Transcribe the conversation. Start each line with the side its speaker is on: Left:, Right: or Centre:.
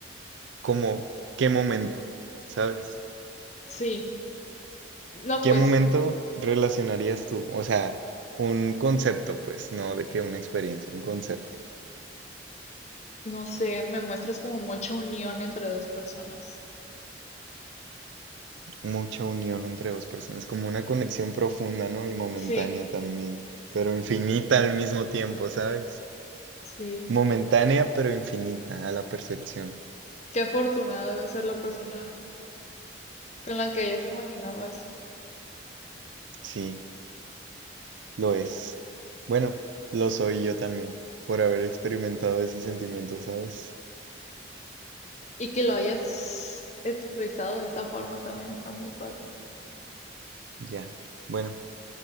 Right: Como, ¿qué momento? ¿Sabes?
Left: Sí, no,
Right: ¿Qué
Left: pues,
Right: momento
Left: n-
Right: relacionarías tú? O sea, un concepto, pues, no de que una experiencia, un concepto.
Left: no sé, me muestras como mucha unión entre dos personas.
Right: mucha unión entre dos personas, como una conexión profunda, ¿no? Y momentánea
Left: Sí,
Right: también, pero infinita al mismo tiempo, ¿sabes?
Left: sí,
Right: Momentánea, pero infinita a la percepción.
Left: qué afortunada debe ser la persona con la que hayas imaginado eso
Right: Sí, lo es. Bueno, lo soy yo también, por haber experimentado ese sentimiento, ¿sabes?
Left: y que lo hayas expresado de esa forma también está muy padre.
Right: Ya. Bueno,